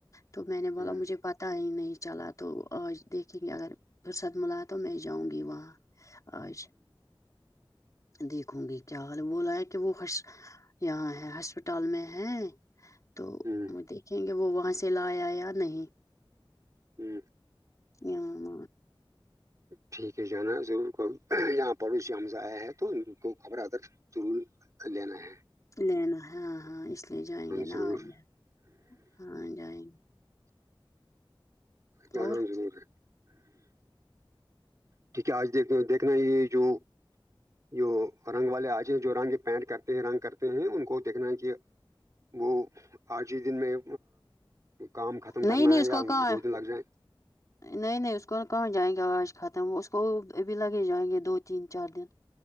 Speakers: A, on the left; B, on the right.
A: تو میں نے بولا
B: ہوں
A: مجھے پتا ہی نہیں چلا تو آج دیکھیں گے اگر پرسد ملا تو میں جاؤں گی وہاں آج دیکھوں گی کیا حال وہ لایا کہ وہش یہاں ہے ہسپتال میں ہے تو
B: ہوں
A: وہ دیکھیں گے وہ وہاں سے لایا یا نہیں
B: ہی
A: آاں م
B: ٹھیک ہے جانا ضرور یہاں پڑوسی ش ہمز آیا ہے تو ان کو خبرا کر <unintelligible>
A: لینا ہاں ہاں اس لیے جائیں گے
B: ضرور
A: نہا آیںا ہاں جائیں گے
B: گانوں
A: اور
B: ضرور ہے ٹھیک ہے آج دیک دیکھنا ہے یہ جو جو رنگ والے آجے ہیں جو رنگ پینٹ کرتے ہیں رنگ کرتے ہیں ان کو دیکھنا ہے کہ وہ آج ہی دن میں کام ختم کرنا
A: نہیں نہیں
B: ہے
A: اس
B: یا
A: کو کہاں
B: دو دن لگ جائے
A: نہیں نہیں اس کو نا کہاں جائیں گے آوج ختم وہ اس کو ابھی لگے جائیں گے دو تین چار دن